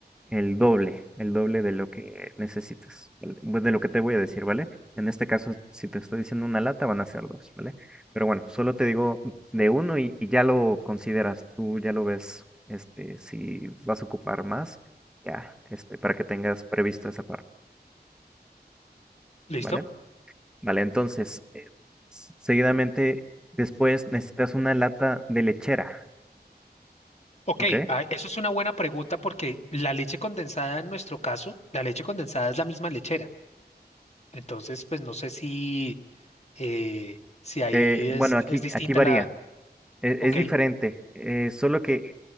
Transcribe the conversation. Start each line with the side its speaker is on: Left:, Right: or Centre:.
Centre: el doble, el doble de lo que necesitas, ¿vale? Bu- de lo que te voy a decir, ¿vale? En este caso, si te estoy diciendo una lata, van a ser dos, ¿vale? Pero bueno, solo te digo de uno y, y ya lo consideras, tú ya lo ves, este, si vas a ocupar más, ya, este, para que tengas previsto esa parte,
Left: ¿Listo?
Centre: ¿vale? Vale, entonces, eh, s- seguidamente, después necesitas una lata de lechera,
Left: Ok,
Centre: ¿ok?
Left: ah, eso es una buena pregunta porque la leche condensada en nuestro caso, la leche condensada es la misma lechera. Entonces, pues no sé si, eh, si ahí
Centre: Eh, bueno,
Left: es,
Centre: aquí,
Left: es distinta
Centre: aquí varía,
Left: la...
Centre: e-
Left: Ok.
Centre: es, diferente, eh, solo que